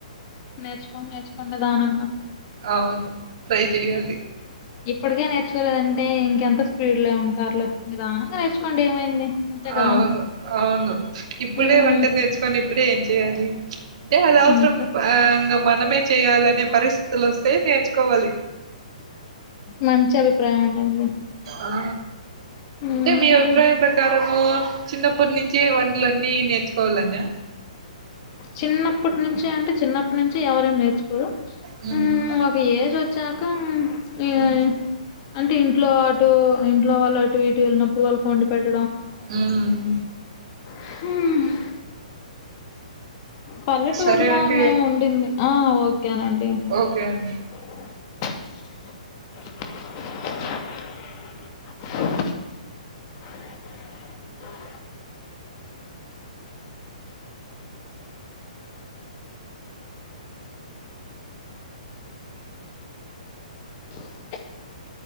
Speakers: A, on the left; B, on the right.
A: నేర్చుకోండి నేర్చుకోండి నీదానంగా
B: అవును ట్రై చేయ్యాలి
A: ఇప్పటికే నేర్చుకోలేదంటే ఇంకెంత స్పీడ్ లో ఉంటారులే నిదానంగా నేర్చుకోండి ఏమైంది అంతే కదా
B: అవును అవును ఇప్పుడే
A: ఉమ్
B: వంట నేర్చుకొని ఇప్పుడే ఏం చెయాలి అంటే అది అవసరం
A: అంతే
B: ఇంకా మనమే చేయాలనే పరిస్థితులు వస్తే నేర్చుకోవాలి
A: మంచి అభిప్రాయం అండి మీది
B: ఆ
A: ఉమ్
B: మీ అభిప్రాయం ప్రకారం ప్రకారము చిన్నప్పటి నుంచి వంటలున్నీ నేర్చుకోవాలని
A: చిన్నప్పటి నుంచిే అంటే చిన్నప్పటి నుంచి ఎవరేం నేర్చుకోరు
B: ఆ
A: ఉమ్ ఒక ఏజ్ వచ్చాక ఈ
B: ఉ
A: అంటే ఇంట్లో అటు ఇంట్లో వాళ్ళ అటు ఇటు వెళ్ళినప్పుడు వాళ్ళుకు వొండి పెట్ట
B: ఉమ్
A: హ పల్లెటూరులో
B: సరే అండి.
A: మేము ఉండింది ఆ ఓకేనండి
B: ఓకే అండి
A: <inaudible> <inaudible> <inaudible>